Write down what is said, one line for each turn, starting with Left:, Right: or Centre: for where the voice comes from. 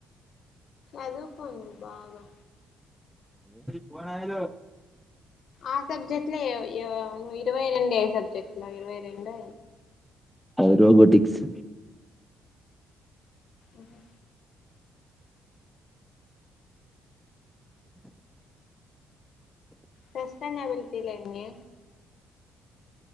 Left: అదుకొను బాగా
Centre: ఓరి నాయనో
Left: ఆ సబ్జెక్ట్లో ఇరవై రెండు సబ్జెక్ట్లో ఇరవై రెండు
Centre: రోబోటిక్స్
Left: ఆహా సస్టైనబిలిటీ లేండి